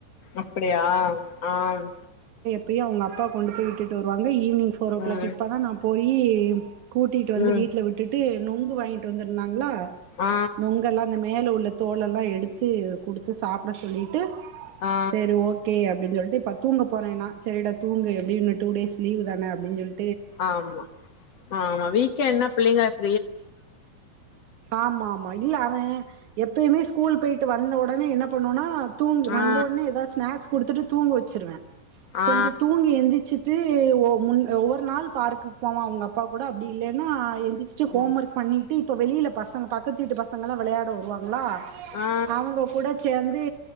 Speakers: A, on the left (about 65°); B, on the right (about 65°).
A: அப்டியாஹ் ஆஹ்
B: ப்பியே அவங்க அப்பா கொண்டு போய் விட்டு வருவாங்க ஈவ்னிங் போர் ஓ க்ளாக்
A: ம்
B: இப்பதா நா போயி இ கூட்டிகிட்டு வந்து
A: ம்
B: வீட் விட்டு நொங்கு வாங்கிட்டு வந்திருந்தாங்களா
A: ஆ
B: நொங்களா அந்த மேல உள்ளத் தோலெல்லாம் எடுத்து குடுத்து சாப்பிட சொல்லிட்டு
A: ஆ
B: சரி ஓகே அப்டின் சொல் இப்ப தூங்க போறேன்னா சரிட தூங்க எப்படினு டூ டேஸ் லீவுதானே அப்டின் சொல்
A: ஆமா ஆமா வீக்கன்னா புள்ளங்காஷ்
B: ஆமா ஆமா இல்ல அவ எப்பயுமே ஸ்கூல் போயிவிட்டு வந்த ஒடனே என்ன பண்ணவானா தூங் வந்தோடனே
A: ஆ
B: ஏதாவ ஸ்நாக்ஸ் குடுத்துட்டு தூங்க வச்சிருவே
A: ஆ
B: கொஞ்ச தூங்கி எந்திச்சு ட்டு ஒ முன் ஒவ்வொரு நாள் பார்க்குக்கு போவா அவங்க அப்பா கூட அப்டி இல்லன்னா ச்ட்டு கோம்வர்க்
A: ம்
B: பண்ணிட்டு இப்போ வெளியில பசங்க பக்கத்துத்வீட்டு பசங்கல்லா விளையாட வருவாங்களா
A: ஆ
B: அவங்க கூட சேர் வந்து